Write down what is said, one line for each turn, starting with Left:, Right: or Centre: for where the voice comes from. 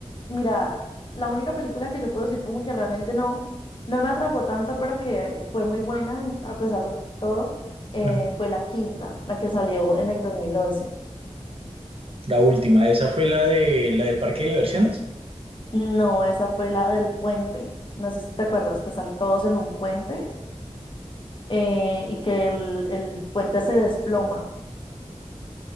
Left: mira, la única película que yo puedo decir como que realmente no, no me atrapó tanto, pero que fue muy buena en- a pesar de todo, eh,
Right: Ujú.
Left: fue la quinta, la que salió en el dos mil once
Right: La última, esa fue la de la del parque de diversiones,
Left: No, esa fue la del puente. No sé si te acuerdas que están todos en un puente eh, y que el, el puente se desploma.